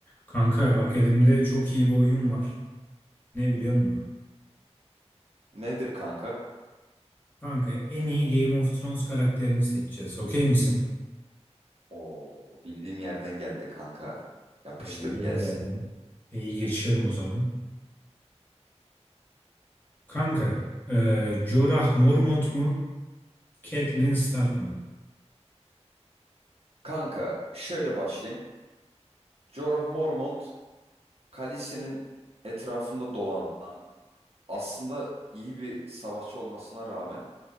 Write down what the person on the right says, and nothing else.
Nedir kanka?
Oo, bildiğim yerden geldi kanka. Yapıştır
gelsin.
Kanka şöyle başlayayım. Jorah Mormont kalesinin etrafında dolanan aslında iyi bir savaşçı olmasına rağmen